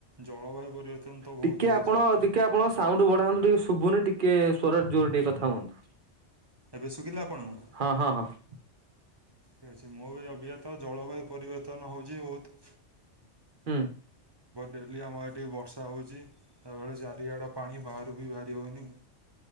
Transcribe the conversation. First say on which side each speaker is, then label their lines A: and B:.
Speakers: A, on the right; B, on the right.
A: ଜଳବାୟୁ ପରିବର୍ତ୍ତନ ତ
B: ଟିକେ
A: ବହୁତ ହୋଉଚି।
B: ଆପଣ ଟିକେ ଆପଣ ସାଉଣ୍ଡ ବଢାନ୍ତୁ ଟିକେ ଶୁଭୁନି ଟିକେ ସ୍ୱର ଜୋରେ ଟିକେ କଥା ହୁଅନ୍ତୁ।
A: ଏବେ ଶୁବିଲା ଆପଣଙ୍କୁ?
B: ହଁ, ହଁ, ହଁ।
A: ଠିକ୍ ଅଛି ମୋ ବି ଅଭିଜ୍ଞାତ ଜଳବାୟୁ ପରିବର୍ତ୍ତନ ହେଉଛି ବହୁତ
B: ହୁଁ।
A: ଡେଲି ଆମର ଏଠି ବର୍ଷା ହୋଉଛି, ତାପରେ ଚାରିଆଡ଼େ ପାଣି ବାହାରୁ ବି ବାହାରି ହୋଉନି।